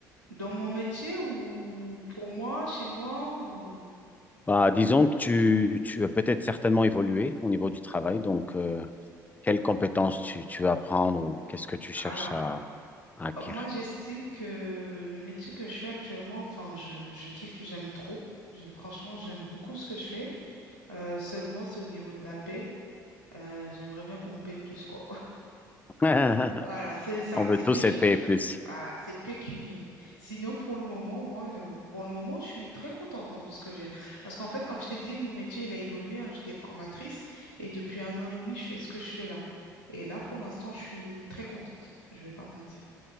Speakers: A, on the right; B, on the left.
A: Dans mon métier ou pour moi, chez moi ou...
B: Bah, disons que tu, tu as peut-être certainement évolué au niveau du travail, donc euh, quelles compétences tu, tu veux apprendre ou qu'est-ce que tu
A: Alors,
B: cherches à, à acquérir?
A: moi, j'estime que le métier que je fais actuellement, enfin, je, je kiffe, j'aime trop. Je- franchement, j'aime beaucoup ce que je fais. Euh, seulement, c'est au niveau de la paie. Euh, j'aimerais bien qu'on me paie plus, quoi.
B: <laughs>
A: Voilà, c'est ça,
B: On veut
A: c'est
B: tous
A: pécunier.
B: être payés plus.
A: Voilà, c'est pécunier. Sinon, pour le moment, moi, euh, pour le moment, je suis très contente hein, de ce que j'ai. Parce qu'en fait, comme je t'ai dit, mon métier, il a évolué. hein. J'étais formatrice et depuis un an et demi, je fais ce que je fais là. Et là, pour l'instant, je suis très contente. Je vais pas mentir.